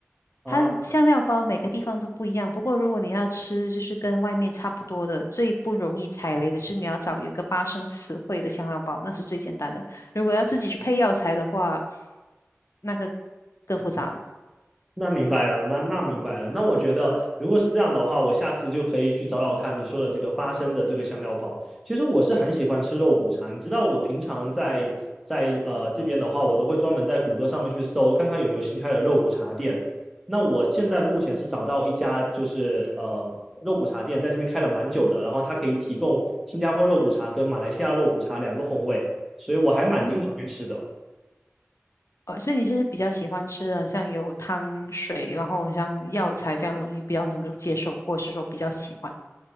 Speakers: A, in the centre; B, on the left (about 75°).
A: 啊，
B: 它的香料包每个地方都不一样，不过如果你要吃就是跟外面差不多的，最不容易踩雷的是你要找有一个八生词汇的香料包，那是最简单的。如果要自己去配药材的话，那个更复杂了。
A: 那明白了，那那明白了。那我觉得，如果是这样的话，我下次就可以去找找看你说的这个八升的这个香料包。其实我是很喜欢吃肉骨茶，你知道，我平常在在呃这边的话，我都会专门在谷歌上面去搜，看看有没有新开的肉骨茶店。那我现在目前是找到一家，就是呃肉骨茶店，在这边开了蛮久的，然后它可以提供新加坡肉骨茶跟马来西亚肉骨茶两个风味，所以我还蛮经常去吃的。
B: 嗯哼。呃，所以你就是比较喜欢吃的，像有汤水，然后像药材这样的东西，比较能够接受，或是说比较喜欢，